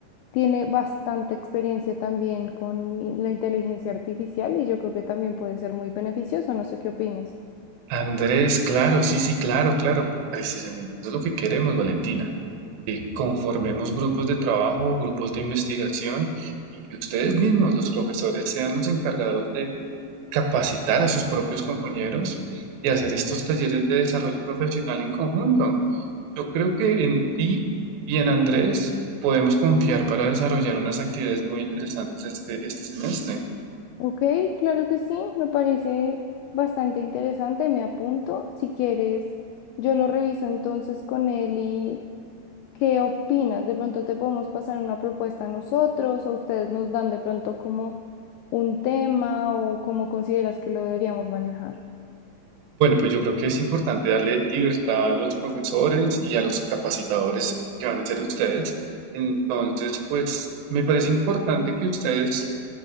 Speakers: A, on the left (about 85°); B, on the right (about 85°).
A: tiene bastante experiencia también con i- la inteligencia artificial y yo creo que también puede ser muy beneficioso. No sé qué opines.
B: Andrés, claro, sí, sí, claro, claro, precisamente. Eso es lo que queremos, Valentina. Que conformemos grupos de trabajo, grupos de investigación y que ustedes mismos, los profesores, sean los encargados de capacitar a sus propios compañeros y hacer estos talleres de desarrollo profesional en conjunto. Yo creo que en ti y en Andrés podemos confiar para desarrollar unas actividades muy interesantes este, este semestre.
A: Ok, claro que sí, me parece bastante interesante. Me apunto. Si quieres, yo lo reviso entonces con él y... ¿Qué opinas? De pronto te podemos pasar una propuesta a nosotros o ustedes nos dan de pronto como un tema o cómo consideras que lo deberíamos manejar.
B: Bueno, pues yo creo que es importante darle libertad a los profesores y a los capacitadores que van a ser ustedes. Entonces, pues me parece importante que ustedes